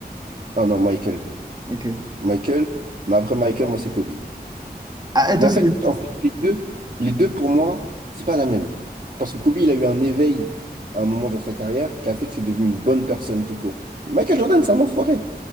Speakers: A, on the right; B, on the right.
A: Ah non, Michael.
B: Ok.
A: Michael, mais après Michael, moi, c'est Kobe.
B: Ah, et
A: Mais
B: toi,
A: en
B: c'est.
A: fait, en fait, les deux, les deux, pour moi, c'est pas la même. Parce que Kobe, il a eu un éveil à un moment dans sa carrière qui a fait que c'est devenu une bonne personne tout court. Michael Jordan, c'est un enfoiré.